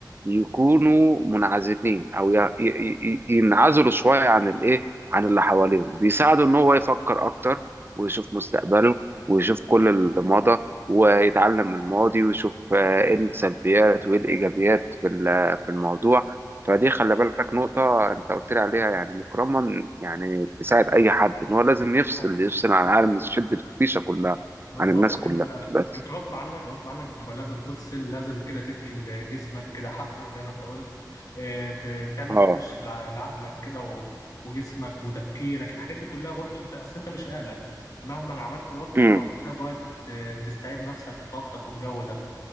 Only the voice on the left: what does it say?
طبعا
بالظبط
انت
انت غصب عنك غصب عنك بتبقى لازم تفصل لازم كده تدي لجسمك كده حقه زي ما انت قلت اه، ت- تعمل
ريفرش لعقلك كده و- وجسمك وتفكيرك الحاجات دي كلها برضو انت اصل انت مش آلة مهما عملت برضو
بتبقى محتاج وقت تت- تستعيد نفسك وطاقتك والجو ده